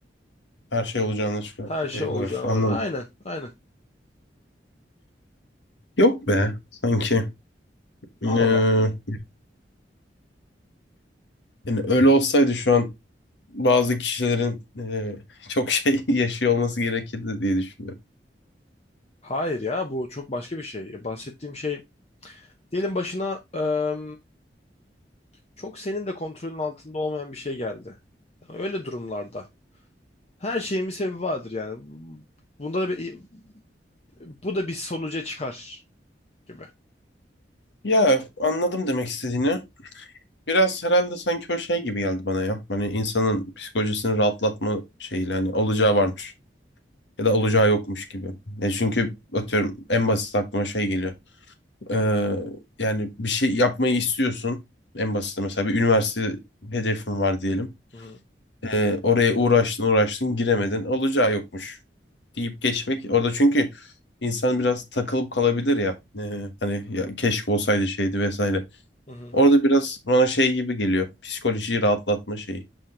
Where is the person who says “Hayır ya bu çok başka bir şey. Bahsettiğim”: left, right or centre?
Left